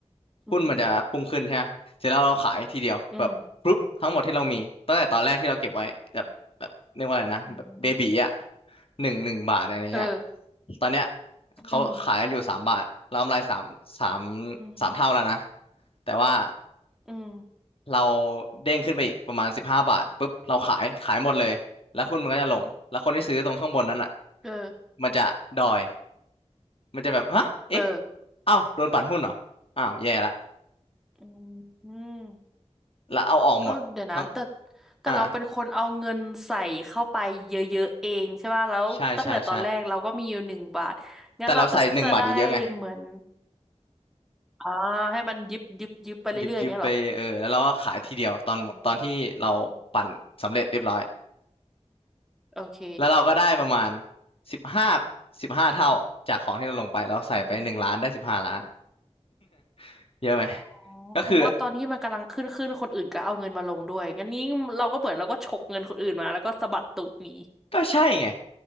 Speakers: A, in the centre; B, on the left.
A: อืม
B: หุ้นมันจะพุ่งขึ้นใช่ไหมเสร็จแล้วเราขายทีเดียวแบบปุ๊บทั้งหมดที่เรามีตั้งแต่ตอนแรกที่เราเก็บไว้แบบแบบเรียกว่าอะไรนะแบบเบบีอ่ะ
A: อืมอืม
B: หนึ่งหนึ่งบาทอะไรเงี้ย
A: เออ
B: ตอนเนี้ยเขาขายกันอยู่สามบาทเรากำไรสามสาม
A: อืมอืม
B: สามเท่าแล้วนะแต่ว่า
A: อืม
B: เราเด้งขึ้นไปอีกประมาณสิบห้าบาทปุ๊บเราขายขายหมดเลยแล้วหุ้นมันก็จะลงแล้วคนที่ซื้อตรงข้างบนนั้นอ่ะ
A: เออ
B: มันจะดอย มันจะแบบฮะเอ๊ะ
A: เออ
B: เอ้าโดนปั่นหุ้นเหรออ้าวแย่ละ
A: อืม
B: แล้วเอาออกหมดทั้ง
A: ก็เดี๋ยวนะแต่แต่เราเป็นคนเอาเงินใส่เข้าไปเยอะๆเองใช่ป่ะแล้วตั้งแต่ตอนแรกเราก็มีอยู่หนึ่งบาทงั้นเราก็จะได้เหมือน
B: อ่า ใช่ใช่ใช่แต่เราใส่หนึ่งบาทเยอะๆไง
A: อ่าให้มันยิบยิบยิบไปเรื่อยๆอย่างเงี้ยเหรอ
B: ยิบยิบไปเออแล้วเราก็ขายทีเดียวตอนหมดตอนที่เราปั่นสำเร็จเรียบร้อย
A: อืมอืมโอเค
B: แล้วเราก็ได้ประมาณสิบห้าสิบห้าเท่าจากของที่เราลงไปเราใส่ไปหนึ่งล้านได้สิบห้าล้าน
A: อืม
B: <laughs> เยอะไหม
A: อ๋อ
B: ก็คือ
A: เพราะว่าตอนที่มันกำลังขึ้นขึ้นคนอื่นก็เอาเงินมาลงด้วยงั้นนี้เราก็เหมือนเราก็ฉกเงินคนอื่นมาแล้วก็สะบัดตูดหนี
B: ก็ใช่ไง